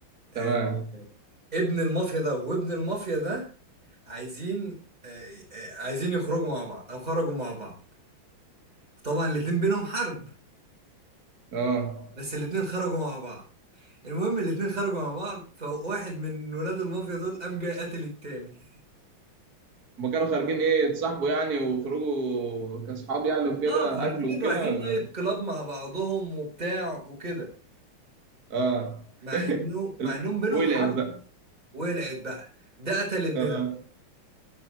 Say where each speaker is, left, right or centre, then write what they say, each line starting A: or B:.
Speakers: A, on the right; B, on the right.
A: آه
B: تمام
A: ابن المافيا ده وابن المافيا ده عايزين آه آه عايزين يخرجوا مع بعض او خرجوا مع بعض طبعا الاتنين بينهم حرب
B: اه
A: بس الاتنين خرجوا مع بعض المهم الاتنين خرجوا مع بعض فواحد من ولاد المافيا دول قام جاي قاتل التاني <laughs>
B: هما كانوا خارجين ايه يتصاحبوا يعني وخرجوا كاصحاب يعني وكده
A: اه خارجين
B: اكل وكده
A: رايحين
B: ولا
A: نايت
B: إيه؟
A: كلاب مع بعضهم وبتاع وكده
B: اه
A: مع
B: <laughs>
A: انه مع انهم بينهم
B: ولعت
A: حرب
B: بقى
A: ولعت بقى ده قتل ابن
B: اه
A: ده